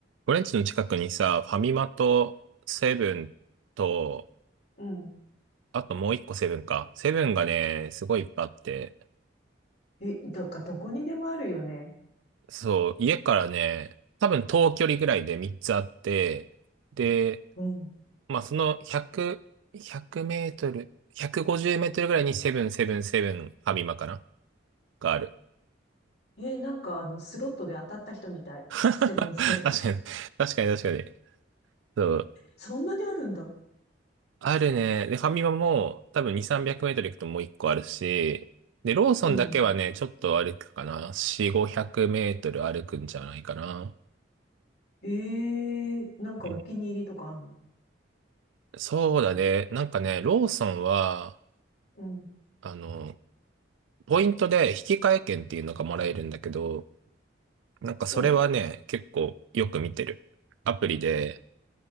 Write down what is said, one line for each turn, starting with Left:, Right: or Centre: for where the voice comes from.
Right: 俺んちの近くにさ、ファミマとセブンと、
Left: うん。
Right: あともう一個セブンか。セブンがね、すごいいっぱいあって、
Left: え、だからどこにでもあるよね。
Right: そう、家からね、多分遠距離ぐらいで3つあって、で、
Left: うん。
Right: まあその100、100メートル、150メートルぐらいにセブン、セブン、セブン、ファミマかながある。
Left: え、なんかあの、スロットで当たった人みたい。
Right: <laughs> 確かに、
Left: セブン、セブン。<laughs>
Right: 確かに確かに。そう
Left: そんなにあるんだ。
Right: あるね。で、ファミマも多分2、300メートル行くともう1個あるし、で、ローソンだけはね、
Left: うん。
Right: ちょっと歩くかな。4、500メートル歩くんじゃないかな。
Left: ええなんかお気に入りとかあんの
Right: うんそうだね。なんかね、ローソンは、
Left: うん。
Right: あの、ポイントで引き換え券っていうのがもらえるんだけど、なんかそれはね、
Left: うん。
Right: 結構よく見てる。アプリで、